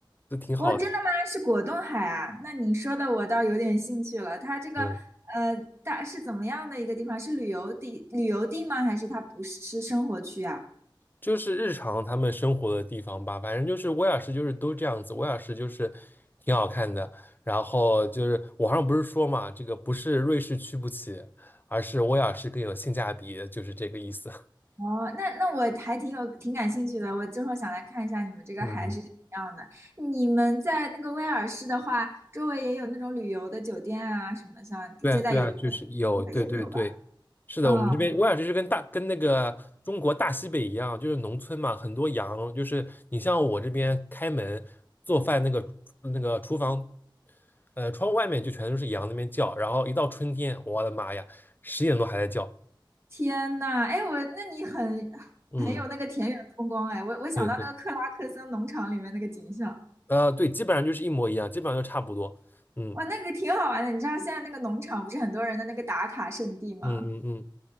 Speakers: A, on the left; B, on the right.
A: 就挺好的。
B: 哦，真的吗？是果冻海啊？那你说的我倒有点兴趣了。它这个
A: 嗯，
B: 呃，大是怎么样的一个地方？是旅游地旅游地吗？还是它不是是生活区啊？
A: 就是日常他们生活的地方吧，反正就是威尔士就是都这样子，威尔士就是挺好看的。然后就是网上不是说嘛，这个不是瑞士去不起，而是威尔士更有性价比，就是这个意思。<laughs>
B: 哦，那那我还挺有挺感兴趣的。我之后想来看一下你们这个海是什么样的。
A: 嗯
B: 你们在那个威尔士的话，周围也有那种旅游的酒店啊，什么像接待游客
A: 对啊，对啊，就是有，
B: 也也有吧？
A: 对对对，是的，
B: 嗯，
A: 我们这边威尔士是跟大跟那个中国大西北一样，就是农村嘛，很多羊，就是你像我这边开门做饭那个那个厨房，呃，窗户外面就全都是羊那边叫，然后一到春天，我的妈呀，十点多还在叫，
B: 天呐，哎，我那你很很有那个田园风光哎，
A: 嗯，
B: 我我想到那个克拉克森农场里面那个景象。
A: 对对，呃，对，基本上就是一模一样，基本上就差不多，嗯
B: 哇，那个挺好玩的。你知道现在那个农场不是很多人的那个打卡圣地吗？
A: 嗯嗯嗯。